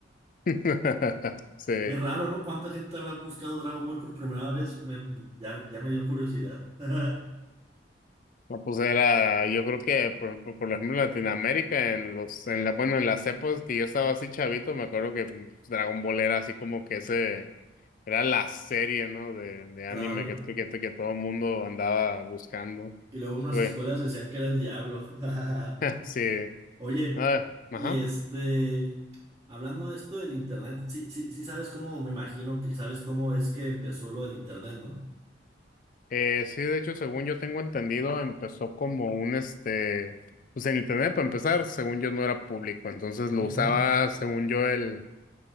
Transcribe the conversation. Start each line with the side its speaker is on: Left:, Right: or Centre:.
Left: <laughs> sí.
Right: Qué raro, ¿no? ¿Cuánta gente habrá buscado Dragon Ball por primera vez? Me- ya, ya me dio curiosidad. <laughs>
Left: No, pues era, yo creo que, por ejemplo, por ejemplo, en Latinoamérica, en los, en la, bueno, en las épocas que yo estaba así chavito, me acuerdo que mm, pues, Dragon Ball era así como que ese, era la serie, ¿no? De, de anime
Right: Claro.
Left: que, que, que todo el mundo andaba buscando.
Right: Y luego unas
Left: Güey,
Right: escuelas decían que era el diablo. <laughs>
Left: <laughs> sí,
Right: Oye,
Left: ah, ajá.
Right: y este, hablando de esto del internet, sí, sí, sí sabes cómo, me imagino que sabes cómo es que empezó lo del internet, ¿no?
Left: Eh, sí, de hecho, según yo tengo entendido, empezó como un, este, pues en internet, para empezar, según yo no era público, entonces lo
Right: Ujú.
Left: usaba, según yo, el,